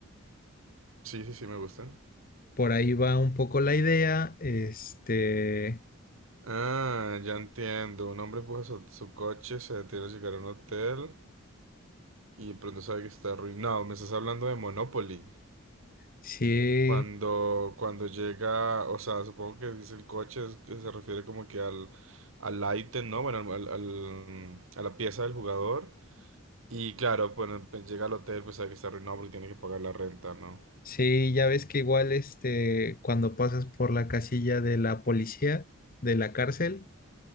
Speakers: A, on the right; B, on the left.
A: Sí, sí, sí, me gustan.
B: Por ahí va un poco la idea. Este,
A: Ah, ya entiendo. Un hombre empuja su, su coche, se detiene a llegar a un hotel y de pronto sabe que está arruinado. Me estás hablando de Monopoly.
B: sí,
A: Cuando, cuando llega, o sea, supongo que dice el coche, es que se refiere como que al, al ítem, ¿no? Bueno, al, al- a la pieza del jugador. Y claro, bueno, pues llega al hotel, pues sabe que está arruinado porque tiene que pagar la renta, ¿no?
B: sí, ya ves que igual este, cuando pasas por la casilla de la policía, de la cárcel,